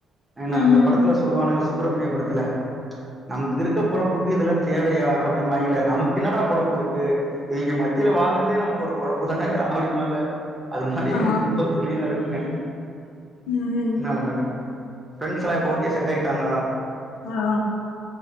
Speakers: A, on the right; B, on the left.
A: ஏனா
B: ம்
A: இந்த படத்துல சொல்லுவானுங்கஸ் சுப்ரமணிய படத்துல நமக்கு இருக்க பொழப்புக்கு இதல்லாம் தேவையா அப் ப்டிம்பாய்கல்ல நமக்கு என்னடா பொலப்பு ருக்கு இவிங்க மத்தில வால்றதே நமக்கு ஒரு பொலப்பு தானயா அப்டிம்பால்ல அது மாரி
B: ஆ
A: எனக்கு யோசனயா இருக்கு
B: ம்
A: ன்னா பண்ணது ஃப்ரெண்ஸ் எல்லாம் ஓகே செட் ஆயிட்டாங்களா
B: ஆ ஆ